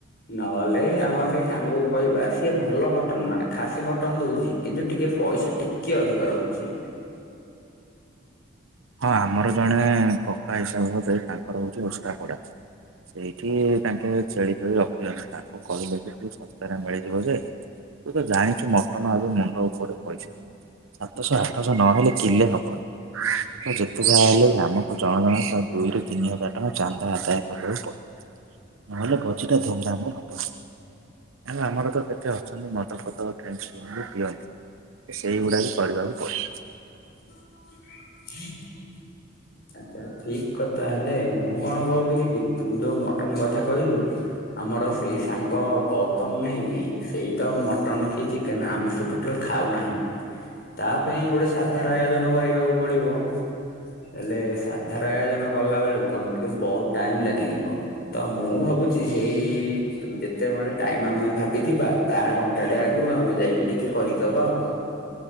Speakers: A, on the left; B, on the right.
A: ନହେଲେ ଆମର ସେଇ ସାଙ୍ଗକୁ କହିବା ସିଏ ଭଲ ମଟନ ମାନେ ଖାସ୍ ମଟନ ଦୋଉଚି। କିନ୍ତୁ ଟିକିଏ ପଇସା ଟିକେ ଅଧିକା ରହୁଚି।
B: ହଁ ଆମର ଜଣେ କକା ହିସାବ ହବେ ତାଙ୍କର ହୋଉଚି ଓଷ୍ତାପଡା। ସେଇଠି ତାଙ୍କେ ଛେଳି ଫେଳି ରଖୁଚନ୍ତି। ତାଙ୍କୁ କହିଲେ ଯେ ଶସ୍ତାରେ ମିଳିଯିବ ଯେ- ତୁ ତ ଜାଣିଛୁ ମଟନ ଏବେ ମୁଣ୍ଡ ଉପରେ ପଇସା ସାତଶ ଆଠଶହ ନହେଲେ କିଲେ ହବ। ତ ଯେତେ ଯାହା ହେଲେ ବି ଆମକୁ ଜଣ ଜଣାକା ଦୁଇରୁ ତିନି ହଜାର ଟଙ୍କା ଚାନ୍ଦା ଆଦାୟ କରିବାକୁ ପ ନହେଲେ ଭୋଜିଟା ଧୁମ୍ ଧାମ ରେ ହବ। ଆଉ ଆମର ତ କେତେ ଅ ଛନ୍ତି ମଦ ଫଦ ଡ୍ରିଙ୍କସ୍ ବି ପିଅନ୍ତି ଏ ସେଇଗୁଡ଼ା ବି କରିବାକୁ ପଡ଼ିବ।
A: ହ ହ <unintelligible> ହୁଁ <unintelligible> ଏ ଠିକ୍ କଥା ହେଲେ ମୁଁ କଣ କହୁଥିଲି କି ତୁ ଯୋଉ ମଟନ କଥା କହିଲୁ ଆମର ସେଇ ସାଙ୍ଗ ଗୌ ତମ ନାହି କି ସେଇ ତ ଆଉ ମଟନ କି ଚିକେନ ଆମିଷ ଟୋଟାଲ ଖାଉ ନାହିଁ। ତା ପାଇଁ ଗୋଟେ ସାଧାର ଆୟୋଜନ କରିବାକୁ ପଡିବ ହେଲେ ସାଧାର ଆୟୋଜନ କଲା ବେଳକୁ ଆମୁକୁ ଟିକେ ବହୁତ ଟାଇମ ଲାଗିଯିବ ତ ମୁଁ ଭାବୁଚି ସେ ସେଇ ଯେତେବେଳେ ଟାଇମ ଆମେ ଭାବିଥିବା ତାହା ଘଣ୍ଟାଟେ ଆଗୁରୁ ଆମେ ଯାଇକି ଟି କେ କରିଦବା ଆଉ।